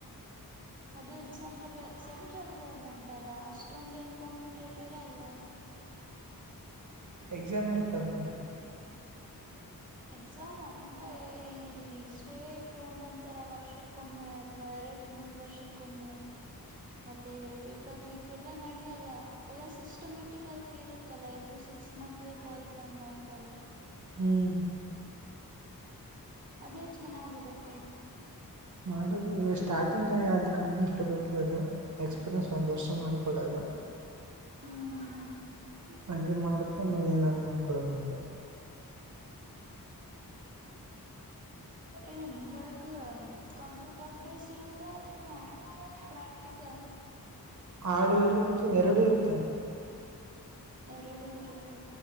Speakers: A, on the right; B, on the right.
A: ಅದು ಎಕ್ಸಾಂಬರ್ ಸೆಂಟ್ರಲ್ ಗೌರ್ಮೆಂಟ್ ಅಲ್ಲ ಅಷ್ಟೊಂದ ಏನ್ ಕಾಂಪಿಟೇಟ್ ಇರಲ್ಲ ಹ
B: ಎಕ್ಸಾಮ್ ಇರುತ್ತೆ ಅದು ಕೂಡ
A: ಎಕ್ಸಾಮ್ ಅಂದ್ರೆ ಇಲ್ಲಿ ಸ್ಟೇಟ್ ಗೌರ್ಮೆಂಟ್ ತರ ವರ್ಷಕ್ಕೊಮ್ಮೆ ಅಥವಾ ಮೂರ್ ವರ್ಷಕ್ಕೊಮ್ಮೆ ಮತ್ತೆ ಪೇಪರ್ ಲೀಕ್ ಎಲ್ಲ ನಡಲ್ಲ ಸಿಸ್ಟಮ್ಯಾಟಿಕ್ ಆಗಿ ಇರುತ್ತಲ್ಲ ಎವ್ರಿ ಸಿಕ್ಸ್ ಮಂತ್ಗೆ ಕಾಲ್ ಫಾರ್ಮ್ ಮಾಡ್ತಾರೆ
B: ಹ್ಮ್
A: ಅದೇ ಚೆನ್ನಾಗಿರುತ್ತೆ
B: ಮಾಡುದು ಈ ಸ್ಟಾರ್ಟಿಂಗ್ಯ ಅಲ್ಲಿ ಕಂಪ್ನಿ ಹೋಗದು ಎಕ್ಸ್ಪೀರಿಯನ್ಸ್ ಒಂದ್ ವರ್ಷ ಮಾಡಕೊಳ್ಳೋದು
A: ಹ್ಮ್ ಹ್ಮ್
B: ಹಂಗೆ ಮಾಡುತ್ತ ಏನಾದಾರು ಮಾಡ್ಕೊಳೋದು ಮುಂದೆ
A: ಏನ್ ಬರ್ಕ್ ಕಂಪ್ಯೂಟರ್ ಬೇಸ್ ಇರುತ್ತೆ ಅಥವಾ ಪ್ರಾಕ್ಟ ಹಾ
B: ಆಡು ಇರುತ್ತೆ ಎರಡು ಇರ್ತವೆ
A: ಎರಡು ಇರುತ್ತೆ